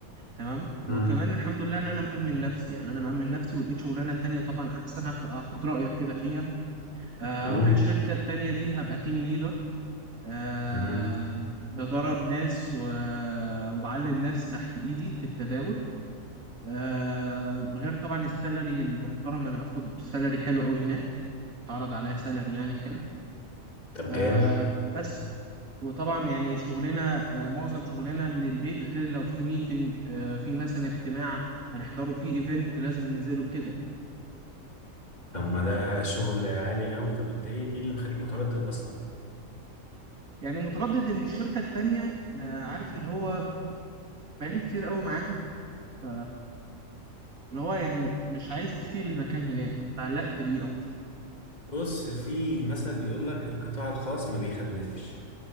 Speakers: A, on the right; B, on the left.
A: تمام
B: ده
A: وكمان الحمد لله ان انا مأمن نفسي يعني انا مأمن نفسي ولقيت شغلانة تانية طبعا احسن هاخ- هاخد رأيك كده فيها آه
B: قول
A: اروح الشركة التانية دي هبقى تيم ليدر آه
B: مم.
A: بدرب ناس و- وبعلم ناس تحت ايدي في التداول آه غير طبعا السالري المحترم انا باخد سالري حلو قوي هناك اتعرض عليا سالري يعني حلو
B: طب
A: آه
B: جامد
A: بس وطبعا يعني شغلنا آه معظم شغلنا من البيت غير لو في ميتنج آه في مثلا اجتماع هنحضره في ايفنت لازم ننزله كده
B: طب ما ده شغل عالي قوي طب انت ايه ايه اللي مخليك متردد اصلا
A: يعني متردد ان الشركة التانية آه عارف اللي هو بقالي كتير قوي معاهم ف- اللي هو يعني مش عايز تسيب المكان هناك اتعلقت بيه اكتر
B: بص في مثل بيقول لك القطاع الخاص ما بيخلفش